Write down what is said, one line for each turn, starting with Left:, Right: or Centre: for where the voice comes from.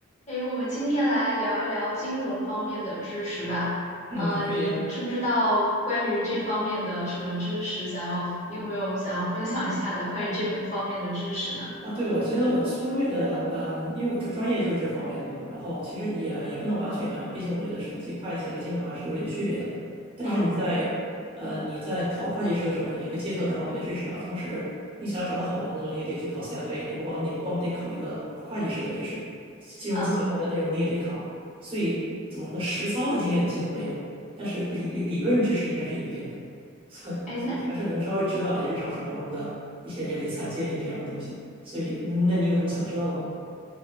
Left: 诶，我们今天来聊一聊金融方面的知识吧。
Right: 嗯，
Left: 嗯，
Right: 可以啊。
Left: 你知不知道关于这方面的什么知识？想要，你有没有想要分享一下的关于这面方面的知识呢？
Right: 啊对，我觉得我粗略的，嗯，因为我专专业就是这方面的嘛，然后其实也也不能完全一样嘛，毕竟我觉得审计、会计和金融还是有点区别的。但是你在，
Left: 嗯
Right: 呃，你在考会计师的时候，肯定会接触到这方面的知识啊。同时，你想要找到好的工作，你也得去考 CFA，你不光你不光得考一个会计师的知识，金融咨询方面的内容你也得考。
Left: 嗯，
Right: 所以怎么说呢，实操的经验几乎没有，但是理理理论知识应该是有一点的。所所以还是能稍微指导一些日常生活中的一些理财建议这样的东西。
Left: 哎，那
Right: 所以，那你有什么想知道的吗？